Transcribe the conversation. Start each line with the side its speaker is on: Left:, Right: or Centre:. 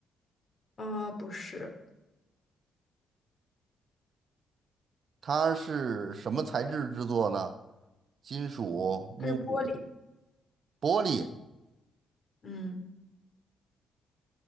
Left: 啊，不是，
Right: 它是什么材质制作呢？金属、木的、
Left: 它是玻璃，
Right: 玻璃
Left: 嗯。